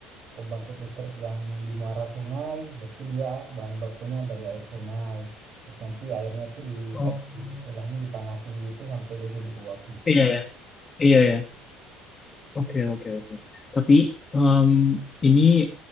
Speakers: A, on the right; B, on the left.
A: pembangkit listrik yang di muara sungai, berarti dia bahan bakunya dari air sungai. Terus nanti airnya tuh di
B: Oh,
A: kayak di istilahnya dipanasin gitu sampai dia jadi uap
B: iya ya, iya ya. Oke oke oke. Tapi em, ini